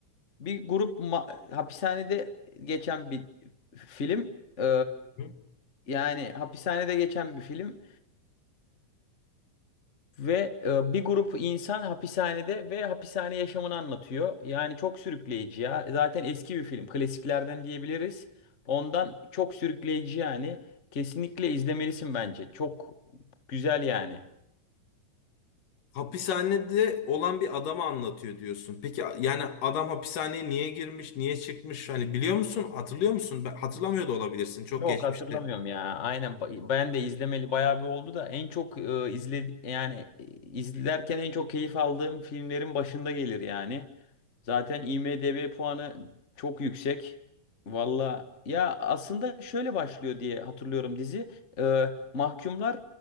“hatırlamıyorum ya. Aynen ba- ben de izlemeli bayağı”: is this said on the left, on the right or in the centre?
Left